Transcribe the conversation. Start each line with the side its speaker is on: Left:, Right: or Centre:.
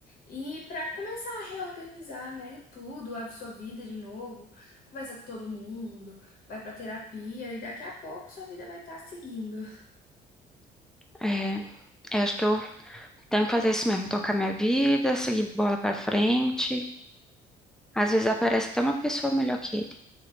Left: e para começar a reorganizar, né, tudo, a sua vida de novo, conversa com todo mundo, vai para terapia e daqui a pouco sua vida vai estar seguindo.
Centre: É, eu acho que eu tenho que fazer isso mesmo, tocar minha vida, seguir bola pra frente. Às vezes aparece até uma pessoa melhor que ele.